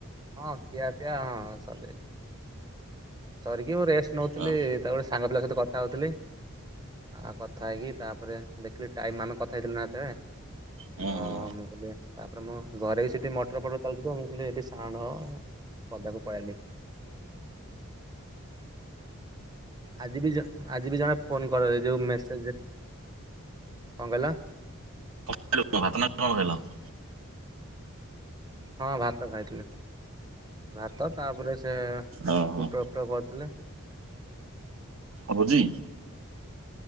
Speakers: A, on the right (about 20°); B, on the right (about 65°).
A: ହଁ ଖିଆପିଆ ହଁ ସରି ଯାଇଛି। ସରିକି ମୁଁ ରେଷ୍ଟ ନଉଥିଲି
B: ହଁ
A: ତାପରେ ସାଙ୍ଗ ପିଲାଙ୍କ ସହିତ କଥା ହଉଥିଲି। ଆଉ କଥା ହେଇକି ତାପରେ ଦେଖିଲି ଟାଇମ ଆମେ କଥା ହେଇଥିଲି ହେତବେଳେ।
B: ହୁଁ
A: ହଁ ହଁ ମୁ <unintelligible> ତାପରେ ମୁଁ ଘରେ ବି ସେଇଠି ମଟର ଫଟର ଚାଲୁଛି ତ ମୁଁ କହିଲି ସେଇଠି ସାଉଣ୍ଡ ହବ ପଦାକୁ ପଳେଇଲି। ଆଜି ବି ଆଜି ବି ଜଣେ ଫୋନ କର ଯୋଉ ମେସେଜ କଣ କହିଲ?
B: <unintelligible>
A: ହଁ ଭାତ ଖାଇଥିଲି ଭାତ ତାପରେ ସେ
B: ଓହୋ
A: ପୁଟଳ ଟ କରଥିଲେ।
B: ଭୋଜି